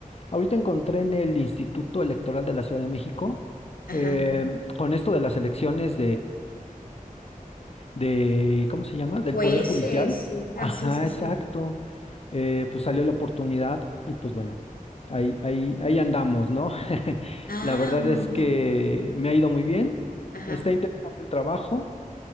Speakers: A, on the left; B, on the left.
A: ahorita encontré en el Instituto Electoral de la Ciudad de México,
B: Ajá.
A: eh, con esto de las elecciones de, ¿cómo se llama? Del
B: Jueces
A: Poder Judicial.
B: y
A: Ajá,
B: ah, sí, sí, sí.
A: exacto. Eh, pues salió la oportunidad y pues bueno, ahí, ahí, ahí andamos, ¿no? <laughs>
B: Ah,
A: La verdad
B: muy
A: es
B: bien.
A: que me ha ido muy bien.
B: Ajá.
A: Está interesante el trabajo.